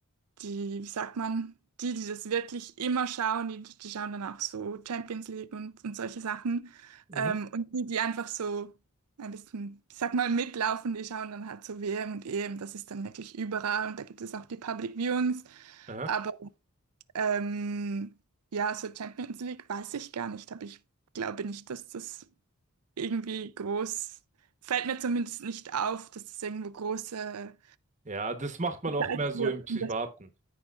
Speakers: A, on the right (about 80°); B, on the right (about 30°).
A: die, wie sagt man, die, die das wirklich immer schauen, die, die schauen dann auch so Champions League und, und solche Sachen.
B: Mhm.
A: Ähm, und die, die einfach so ein bisschen, ich sag mal, mitlaufen, die schauen dann halt so WM und EM, das ist dann wirklich überall und da gibt es auch die Public Viewings.
B: Aha.
A: Aber ähm, ja, so Champions League weiß ich gar nicht, aber ich glaube nicht, dass das irgendwie groß, fällt mir zumindest nicht auf, dass das irgendwo große,
B: Ja, das macht man
A: Gezeigt
B: auch mehr so
A: wird
B: im Privaten.
A: und